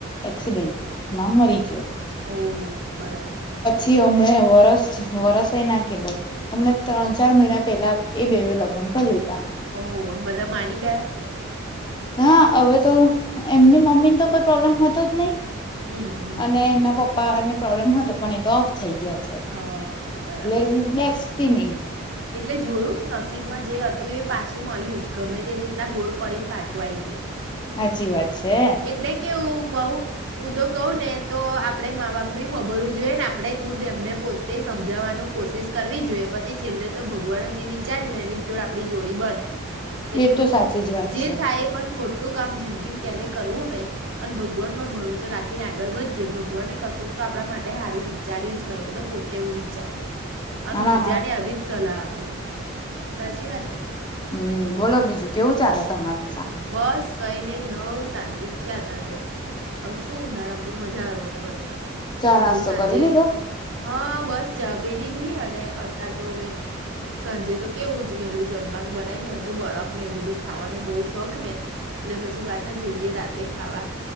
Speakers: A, on the left; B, on the right.
A: એક્સિડેન્ટમાં મરી ગયો
B: ઓ બરાબર
A: હમ વરસ વરસ એ ના કેહેવાય હમણા ત્રણ ચાર મહિના પહેલા એ બે લગ્ન કરી લીધ
B: ઓ હ બધા માની ગયા
A: હા હવે તો એમની મમ્મી ને તો કોઈ પ્રોબ્લેમ હતો જ ન
B: હમ, હમ.
A: અને એમના પ પને પ્રોબ્લેમ હતો પણ એતો થઈ ગયા
B: હા, બરાબર.
A: છે <unintelligible> તીની
B: એટલે જોયું નસીબમાં જે હતું એ પાછું મળ્યું જ ગમે તે રી ના ગોળ ફોરીન પાછુ આયી ગયું
A: હાચી વાત છે
B: એટલે <unintelligible> હું તો કહું ને તો આપડણે મા બાપ ન હોબરવું જોઈએ ને આપણેે ખુદ એમને પોતે સમજાવાનું કોશિશ કરવી જોઈએ પછી છેલ્લે તો ભગવાને જે વિચાર્યું એની જોડ આપણી જોડી બને એટલું
A: એ તો સાચી જ વાત
B: જે
A: છે
B: થાય પણ ખોટું કામ જિંદગી ક્યારેય કરવું નહી અને ભગવાન પર ભરોસો રાખીને આગળ વધીએ ભગવાનને કશુંક તો આપણા માટે સારું વિચાર્યું જો હોય હું તો પોતે એવું વિચારું આમ
A: ના ના
B: બીજાને અવિ સલાહ આપું સાચી વાત ને
A: હમ્મ બોલો બીજું કેવું ચાલે તમારે
B: બસ કઈ નહી હોવ શાંતિ છે ને તો હવે શું ઉનાળામ તો મજા આવે પણ
A: ચા
B: બધે
A: નાસ્તો
B: સાંજે
A: કરી લીધો
B: હા બસ ચા પી લીધી અને તર તોવે સંંજે તો કેવું જ વહેલું જમવાનું બનાવીને મને તો બરફ ને એવું બધું ખાવાનું બહુ શોખ ને એટલે પછી પાછા જઈએ રાતે ખાવા